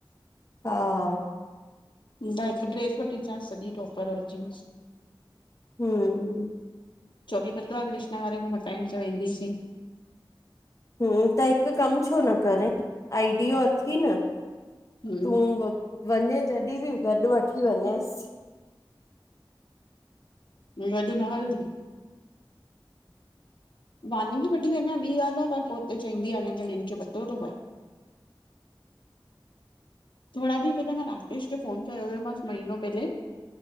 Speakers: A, on the left; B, on the left.
A: हा,
B: न हिकु ड्रेस वठी अचांसि सॼी टॉपर और जींस।
A: हूं,
B: चोबी पतवा कृष्णा वारे खों मटाइण च वेंदी सी।
A: हूं, हिकु कमु छो न करे आइडियो अथी न
B: हम्म
A: तूं वञे जॾीं बि गॾु वठी वञेंस।
B: गॾ न हलदी। वानी खे वठी वञा ॿी ॻाल्ह आ पर पो त चवंदी आ हिननि जणनि खे पतो थो पए। थोरा ॾींह पहला मां राकेश ते फोन कयो हुयो मास महनो पहले।